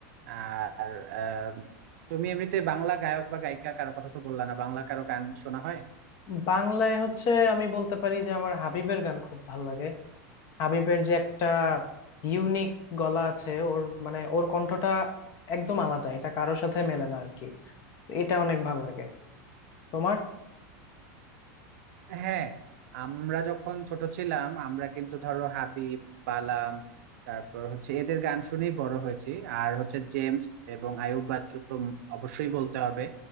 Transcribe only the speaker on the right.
আর আহ, তুমি এমনিতে বাংলা গায়ক বা গায়িকা কারো কথা তো বললা না বাংলা কারো গান শোনা হয়
হ্যাঁ আমরা যখন ছোট ছিলাম আমরা কিন্তু ধরো হাবিব বালাম তারপর হচ্ছে এদের গান শুনেই বড় হয়েছি আর হচ্ছে জেমস এবং আয়ুব বাচ্চু তো অবশ্যই বলতে হবে